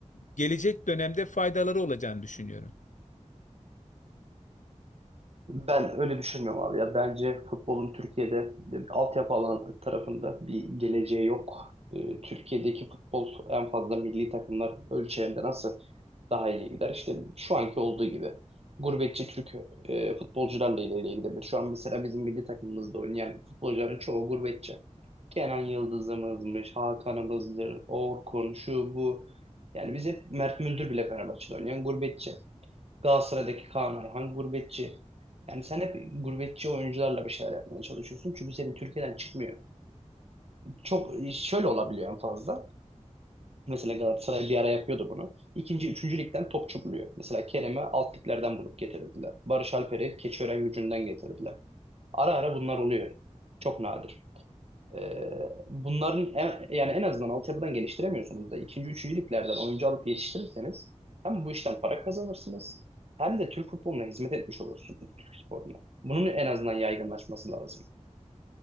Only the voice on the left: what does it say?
gelecek dönemde faydaları olacağını düşünüyorum.